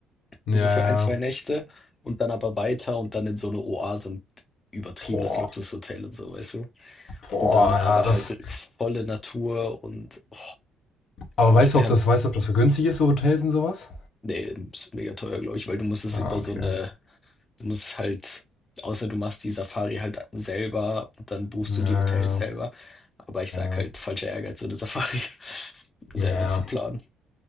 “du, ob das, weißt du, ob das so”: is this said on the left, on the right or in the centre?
Left